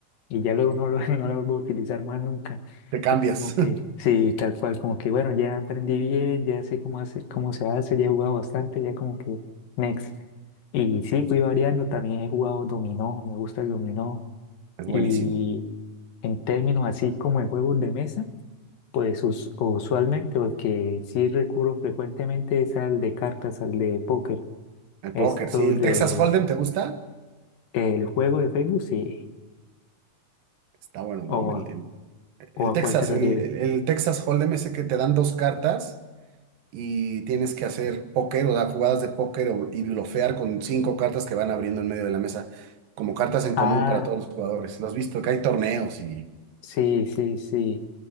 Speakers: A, on the left; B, on the right.
A: y ya luego no lo, <laughs> no la vuelvo a utilizar más nunca.
B: Te cambias.
A: Entonces como que,
B: <laughs>
A: sí, tal cual, como que bueno, ya aprendí bien, ya sé cómo hace, cómo se hace, ya he jugado bastante, ya como que next. Y sí, fui variando, también he jugado dominó, me gusta el dominó,
B: Es
A: y
B: buenísimo.
A: en términos así como de juegos de mesa. Pues us- usualmente, o el que sí recurro frecuentemente es al de cartas, al de póker.
B: El
A: Esto
B: póker, sí. ¿El
A: de
B: Texas Hold'em te gusta?
A: el juego de Facebook, sí.
B: Está bueno, ¿no?
A: ¿O
B: El,
A: a,
B: el- el
A: o a
B: Texas,
A: cuál te refieres?
B: el, el- el Texas Hold'em ese que te dan dos cartas y tienes que hacer póker, o sea, jugadas de póker o- y blofear con cinco cartas que van abriendo en medio de la mesa, como cartas en
A: Ah,
B: común para todos los jugadores. Los has visto, que hay torneos y...
A: sí, sí, sí.